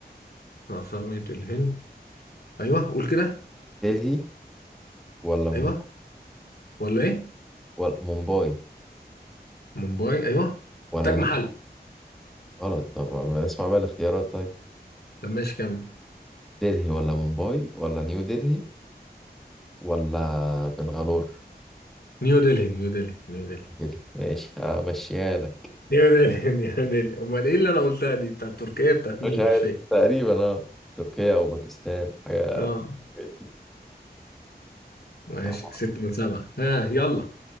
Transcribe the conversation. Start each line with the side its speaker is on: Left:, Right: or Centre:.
Left: عاصمة الهند ايوه قول كده
Centre: دلهي ولا مم...
Left: ايوه ولا ايه
Centre: ولا مومباي
Left: مومباي ايوه
Centre: ولا
Left: تاج محل
Centre: نيو غلط طب اسمع بقى الاختيارات طيب
Left: طب ماشي كمل
Centre: دلهي ولا مومباي ولا نيو دلهي ولا بنغالور
Left: نيو دلهي نيو دلهي نيو دلهي
Centre: كده ماشي همشيها لك
Left: نيو دلهي <laughs> نيو دلهي امال ايه اللي انا قلتها دي بتاعت تركيا بتاعت مين
Centre: مش عارف
Left: مش فاكر
Centre: تقريبا اه تركيا او باكستان حاجة من
Left: اه
Centre: الحاجات دي
Left: ماشي
Centre: طب
Left: ستة من سبعة ها يلا